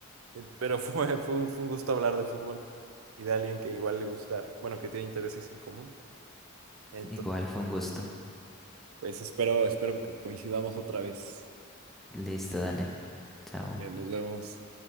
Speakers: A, on the right (about 80°); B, in the centre.
A: Eh, Pero <laughs> fue, fue un, fue un gusto hablar de fútbol y de alguien que igual le gusta, bueno, que tiene intereses en común. Entonces,
B: igual fue un gusto.
A: pues espero, espero que coincidamos otra vez.
B: Listo, dale. Chao.
A: Que nos vemos.